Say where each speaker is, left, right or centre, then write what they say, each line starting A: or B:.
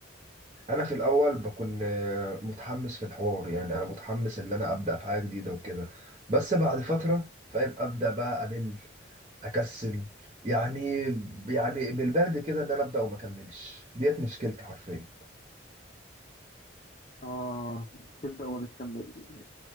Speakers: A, on the right (about 30°); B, on the left (about 35°).
A: أنا في الأول بكون آه، متحمس في الحوار يعني أنا متحمس إن أنا أبدأ في حاجة جديدة وكده بس بعد فترة فاهم أبدأ بقى أمل اكسل يعني يعني بالبرد كده ان انا ابدا وما اكملش ديت مشكلتي حرفيا
B: اه تبدأ وما بتكملش